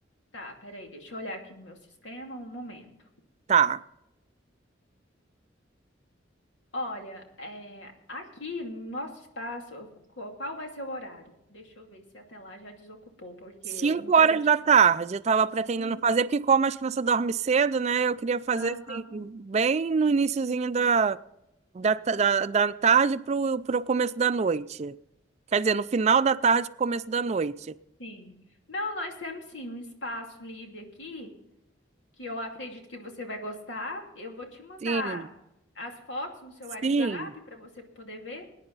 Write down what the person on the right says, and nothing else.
tá?
5
horas
da tarde, eu estava pretendendo
fazer, porque como as crianças dormem cedo, né? Eu queria fazer
assim, bem no iniciozinho da, da, ta- da, da tarde para o começo da noite. Quer dizer, no final da tarde para o começo da noite.
Sim,
sim.